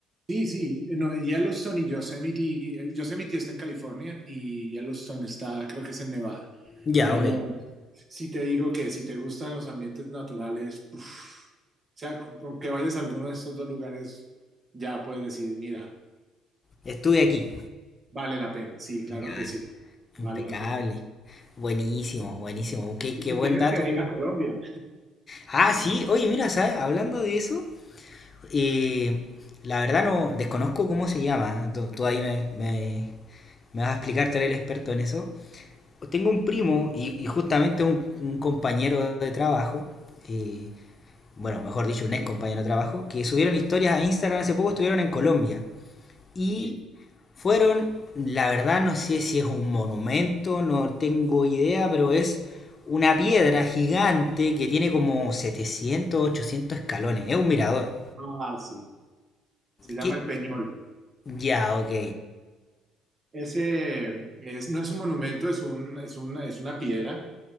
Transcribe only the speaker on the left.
Ya,
ok.
Estuve aquí.
Ya,
impecable.
Buenísimo, buenísimo. Qué,
qué buen
dato,
Ah, sí, oye, mira, ¿sabes? Hablando de eso, eh, la verdad no desconozco cómo se llama. Tú, tú ahí me, me- me vas a explicar, tú eres el experto en eso. Tengo un primo y, y justamente un, un compañero de trabajo, eh, bueno, mejor dicho, un ex compañero de trabajo, que subieron historias a Instagram hace poco, estuvieron en Colombia y
fueron, la verdad no sé si es un monumento, no tengo idea, pero es una piedra gigante que tiene como 700 800 escalones, es un mirador.
¿Qué?
Ya, ok.